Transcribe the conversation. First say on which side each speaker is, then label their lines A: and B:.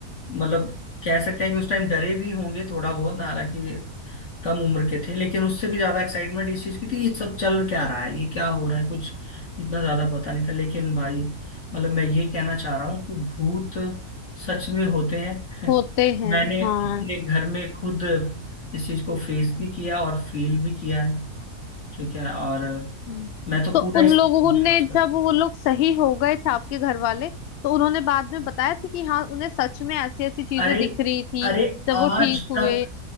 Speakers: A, on the left; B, on the left.
A: मतलब कह सकते हैं कि उस टाइम डरे भी होंगे थोड़ा बहुत हालांकि कम उम्र के थे लेकिन उससे भी ज्यादा एक्साइटमेंट इस चीज की थी ये सब चल क्या रहा है ये क्या हो रहा है कुछ इतना ज्यादा पता नहीं था लेकिन भाई मतलब मैं ये कहना चाह रहा हूँ कि भूत सच में होते हैं
B: होते
A: <laughs>
B: हैं
A: मैंने अपने
B: हाँ
A: घर में खुद इस चीज को फेस भी किया और फील भी किया है ठीक है और
B: हम्म।
A: मैं तो
B: तो
A: पूरा
B: उन
A: इस
B: लोगों
A: विश्वास
B: ने
A: कर
B: जब वो लोग सही हो गए थे आपके घर वाले तो उन्होंने बाद में बताया था कि हाँ उन्हें सच में ऐसी ऐसी चीजें
A: अरे
B: दिख रही थी
A: अरे
B: जब
A: आज
B: वो ठीक हुए
A: तक